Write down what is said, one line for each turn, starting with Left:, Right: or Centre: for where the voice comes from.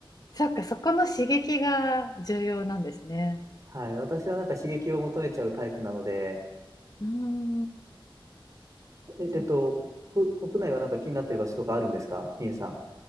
Left: そっか、そこの刺激が重要なんですね。
Right: はい、私はなんか刺激を求めちゃうタイプなので、
Left: うーん。
Right: え、えっと、
Left: そ
Right: 国、国内はなんか気になってる場所とかあるんですかみゆさん。